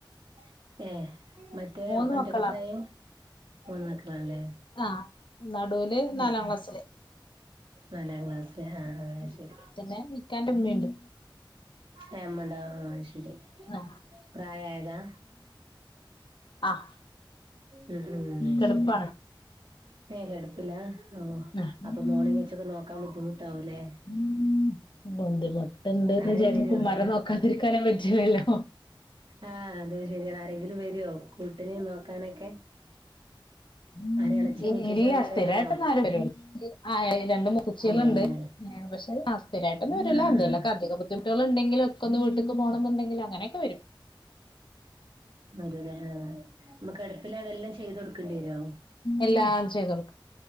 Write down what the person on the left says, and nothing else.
മൂന്ന്
മക്കളാണ്
ആഹ് നടുവില്
നാലാം
ക്ലാസ്സില്
ഉം.
പിന്നെ ഇക്കാന്റെ ഉമ്മയുണ്ട്
ആഹ്
ആഹ്
കെടപ്പാണ്
ആഹ്
ഉം ബുദ്ധിമുട്ടുണ്ട്ന്ന്
വിചാരിച്ച്
നമുക്ക് ഉമ്മാരെ
നോക്കാതിരിക്കാനും പറ്റൂലല്ലോ
<unintelligible>
ഇല്ല
സ്ഥിരമായിട്ട്
ന്നാരു വരുല ആ രണ്ട് മുത്തുച്ചികളുണ്ട്.
പക്ഷെ സിരയിട്ടൊന്നു വരില്ല.
എന്തേങ്കിലുക്ക
അധിക ബുദ്ധമുട്ടുകളുണ്ടെങ്കില് ഒക്കെ ഒന്ന് വിട്ടേക്ക് പോണം എന്നുണ്ടങ്കിൽ അങ്ങനെയൊക്കെ വരും.
എല്ലാ ചൈയ്തു. കൊ